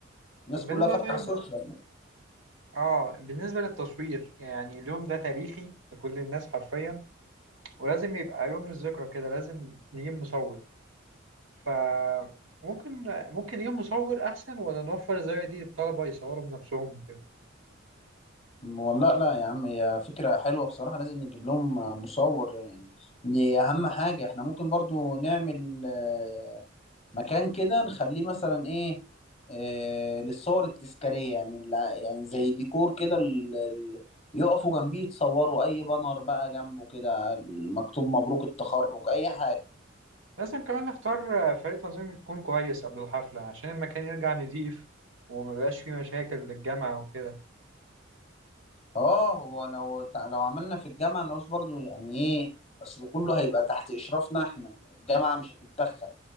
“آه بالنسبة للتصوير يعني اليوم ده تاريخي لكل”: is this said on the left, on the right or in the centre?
Right